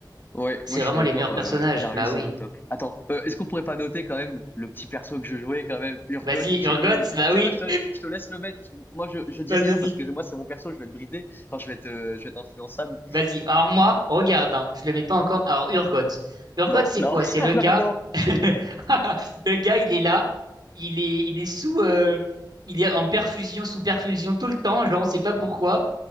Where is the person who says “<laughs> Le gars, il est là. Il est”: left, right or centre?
Right